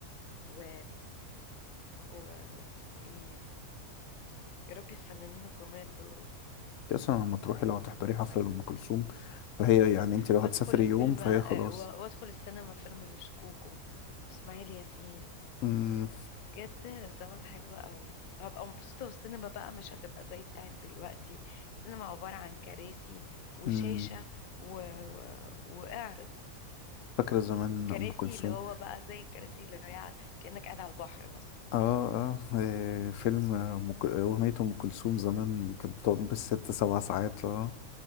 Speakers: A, on the left (about 90°); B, on the left (about 70°).
A: و و اسمه ايه يا ربي الفنانين الجمال دول
B: أنت أصلا لما تروحي لو هتحضري حفلة لأم كلثوم فهي يعني أنت لو
A: وادخل
B: هتسافري
A: الفيلم
B: يوم فهي
A: آه،
B: خلاص
A: و- وادخل السينما فيلم لشكوكو واسماعيل ياسين
B: أمم،
A: بجد زمان حلو قوي هبقى مبسوطة والسينما بقى مش هتبقى زي بتاعت دلوقتي السينما عبارة عن كراسي وشاشة
B: أمم،
A: و... و... وإعرض
B: فاكرة زمان
A: كراسي
B: أم كلثوم
A: اللي هو بقى زي الكراسي اللي هي كأنك قاعد على البحر مثلا
B: آه آه آه، فيلم آه، أم ك- أغنية أم كلثوم زمان كانت بتقعد بالست سبع ساعات آه